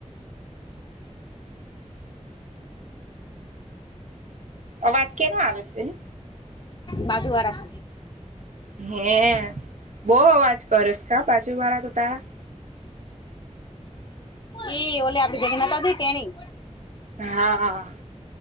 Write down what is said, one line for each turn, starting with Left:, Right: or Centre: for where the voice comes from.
Right: અવાજ કે નો આવે સે હે?
Left: બાજુવારા
Right: હેં બો અવાજ કરસ કાં બાજુવારા તો તારા
Left: એ ઈ ઓલે આપડી દેખનેતાતી તેની.
Right: હાં, હા.